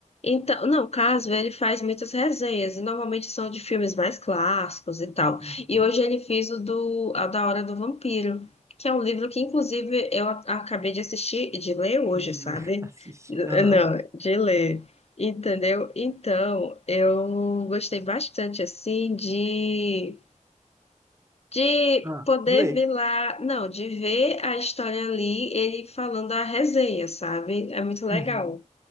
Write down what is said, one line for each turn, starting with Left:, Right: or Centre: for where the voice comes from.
Left: Então, não, o Casper, ele faz muitas resenhas, e normalmente são de filmes mais clássicos e tal.
Right: Uhum.
Left: E hoje ele fez o do a da Hora do Vampiro, que é um livro que, inclusive, eu a- acabei de assistir, de ler hoje,
Right: De
Left: sabe?
Right: ler, <laughs> assistir.
Left: N-
Right: Aham.
Left: Não, de ler, entendeu? Então, eu gostei bastante, assim, de, de
Right: Ah,
Left: poder
Right: ler.
Left: ver lá, não, de ver a história ali, ele falando a resenha, sabe? É muito legal.
Right: Uhum.